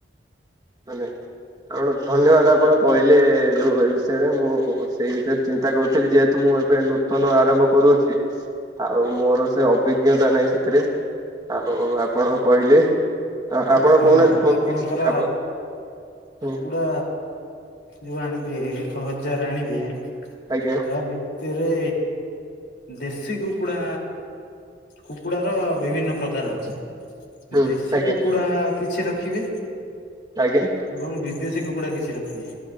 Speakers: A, on the right (about 20°); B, on the left (about 75°).
A: ଧନ୍ୟବାଦ୍। ଆପଣ କୁ ଧନ୍ୟବାଦ ଆପଣ କହିଲେ ଯୋଉ ଏ ବିଷୟରେ, ମୁଁ ସେଇ ବିଷୟରେ ଚିନ୍ତା କରୁଥିଲି ଯେ ତ ମୁଁ ଏବେ ନୂତନ ଆରମ୍ଭ କରୁଅଛି ଆଉ ମୋର ସେ ଅଭିଜ୍ଞତା ନାଇଁ ସେଥିରେ। ଆଉ ଆପଣ କହିଲେ ଆ ଆପଣ
B: ଶୁଣନ୍ତୁ
A: କୋହୁନାହାନ୍ତି କୁହନ୍ତୁ
B: ଆପଣଙ୍କର
A: କିଛି ଆପଣ ହୁଁ।
B: କୁକୁଡ଼ା ଯୋଉ ଆଣିବେ ଏକ ହଜାର ଆଣିବେ ତା
A: ଆଜ୍ଞା
B: ଭିତ- ତିରେ ଦେଶୀ କୁକୁଡ଼ା କୁକୁଡ଼ାର ବିଭିନ୍ନ ପ୍ରକାର ଅଛି।
A: ହୁଁ
B: ଦେଶୀ
A: ଆଜ୍ଞା
B: କୁକୁଡ଼ା କିଛି ରଖିବେ
A: ଆଜ୍ଞା
B: ଏବଂ ବିଦେଶୀ କୁକୁଡ଼ା କିଛି ରଖିବେ।